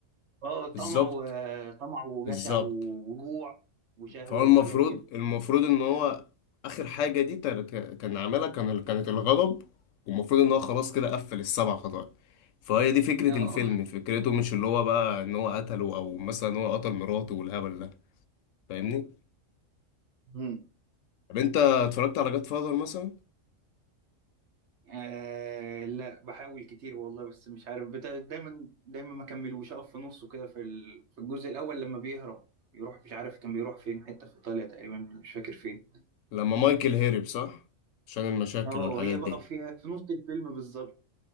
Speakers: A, on the right; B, on the left.
A: اه طمع
B: بالظبط
A: وطمع وجشع
B: بالظبط
A: وجوع وشهوة
B: فهو المفروض
A: وحاجات كده
B: المفروض ان هو اخر حاجه دي تر- ك- كان عاملها كان كانت الغضب والمفروض ان هو خلاص كده قفل السبع خطايا فهي دي فكره
A: <laughs>
B: الفيلم فكرته مش اللي هو بقى ان هو قتله او مثلا هو قتل مراته والهبل ده فاهمني
A: مم.
B: طب انت اتفرجت على جاد فاذر مثلا
A: آه لا بحاول كتير والله بس مش عارف بت... دايما دايما ما كملوش اقف في نصه كده في ال... في الجزء الاول لما بيهرب يروح مش عارف كان بيروح فين حته في ايطاليا تقريبا مش فاكر فين
B: لما مايكل هرب صح عشان المشاكل
A: اه
B: والحاجات
A: هي بقى
B: دي
A: فيها في نص الفيلم بالظبط